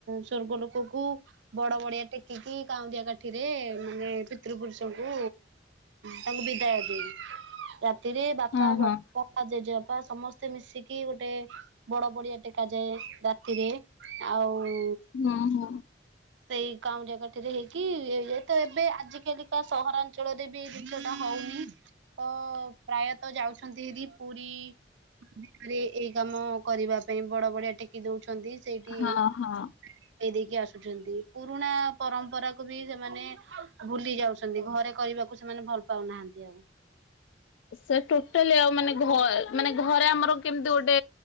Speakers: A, on the right; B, on the left.
A: ସ୍ଵର୍ଗ ଲୋକ ବଡ ବଡିଆ ଟେକିକି କାଉଁରିଆ କାଠିରେ ମାନେ ପିତୃ ପୁରୁଷଙ୍କୁ ତାଙ୍କୁ ବିଦାୟ ଦେଇ ରାତିରେ ବାପା
B: ହଁ ହଁ
A: ବଡପା ଜେଜେବାପା ସମସ୍ତେ ମିଶିକି ଗୋଟେ ବଡ ବଡିଆ ଟେକାଯାଏ ରାତିରେ ଆଉ
B: ହଁ ହଁ
A: ସେଇ କାଉଁରିଆ କାଠି ରେ ହେଇକି ହେଇଯାଏ ତ ଏବେ ଆଜି କାଲିକା ସହରାଞ୍ଚଳରେ ବି ଏଇ ଜିନଷଟା ହ ହଉନି ତ ପ୍ରାୟତ ଯାଉଛନ୍ତି ହେରୀ ପୁରୀ ଭିତରେ ଏଇ କାମ କରିବା ପାଇଁ ବଡ ବଡିିଆ ଟେକି ଦଉଛି ସେଇଠି
B: ହଁ
A: ଏଇ ଦେଇ
B: ହଁ।
A: ଦେଇକି ଆସୁଛନ୍ତି ପୁରୁଣା ପରମ୍ପରା କୁ ବି ସେମାନେ ଭୁଲି ଯାଉଛନ୍ତି ଘରେ କରିବାକୁ ସେମାନେ ଭଲ ପାଉ ନାହାନ୍ତି ଆଉ
B: ସେ ଟୋଟାଲି ଆଉ ମାନେ ଘ ମାନେ ଘରେ ଆମର କେମିତି ଗୋଟେ